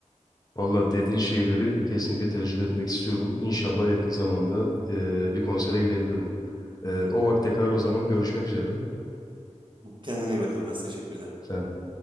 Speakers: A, on the left; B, on the right.
A: Valla dediğin şeyleri kesinlikle tecrübe etmek istiyorum. İnşallah yakın zamanda e, bir konsere gidebilirim. E, o vakte kadar o zaman görüşmek üzere.
B: Kendine iyi bakıl Ilgaz. Teşekkür ederim.
A: Ben